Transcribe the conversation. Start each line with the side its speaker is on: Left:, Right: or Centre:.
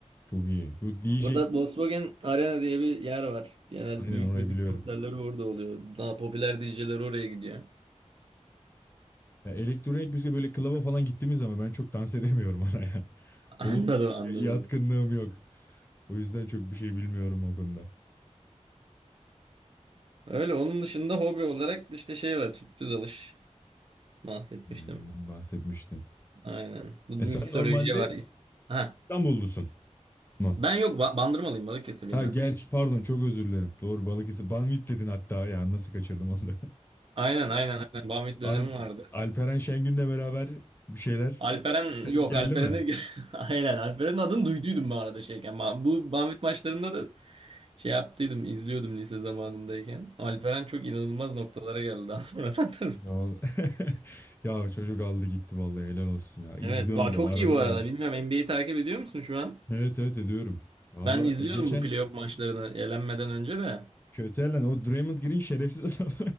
Left: çok iyi. Bu DJ
Right: Burada Volkswagen Arena diye bir yer var. Genel
Left: Aynen
Right: büyük
Left: orayı
Right: müzik
Left: biliyorum.
Right: konserleri orada oluyor. Daha popüler DJ'ler oraya gidiyor. <laughs>
Left: Ya elektronik müzik böyle klaba falan gittiğimiz zaman ben çok dans edemiyorum oraya. <laughs>
Right: Anladım
Left: O çok
Right: anladım.
Left: yatkınlığım yok. O yüzden çok bir şey bilmiyorum o konuda.
Right: Öyle onun dışında hobi olarak işte şey var. Tüplü dalış bahsetmiştim.
Left: Yani Ondan bahsetmiştin.
Right: Aynen. Bu miksolojiye
Left: E sen normalde
Right: var. Ha.
Left: İstanbullusun mu?
Right: Ben yok ba Bandırmalıyım Balıkesirliyim
Left: Ha
Right: ben.
Left: gerçi pardon çok özür dilerim. Doğru Balıkesir. Banvit dedin hatta ya nasıl kaçırdım onu da.
Right: Aynen aynen aynen. Bamit
Left: <laughs>
Right: dönemi
Left: Alp,
Right: vardı.
Left: Alperen Şengün'le beraber bir şeyler
Right: Alperen
Left: denk
Right: yok
Left: geldi
Right: Alperen'i
Left: mi?
Right: <laughs> aynen Alperen'in adını duyduydum ben arada şeyken. Ben, bu Banvit maçlarında da şey yaptıydım izliyordum lise zamanındayken. Alperen çok inanılmaz noktalara geldi daha sonradan <laughs> tabii.
Left: Ne ol- <laughs> Ya çocuk aldı gitti vallahi helal olsun ya. İzliyorum
Right: Evet daha
Left: bu
Right: çok
Left: arada
Right: iyi bu arada
Left: da.
Right: bilmiyorum NBA'yi takip ediyor musun şu an?
Left: Evet evet ediyorum. Vallahi
Right: Ben izliyordum
Left: e, geçen
Right: bu playoff maçlarını elenmeden önce de.
Left: Kötelen o Draymond Green şerefsiz adam. <laughs>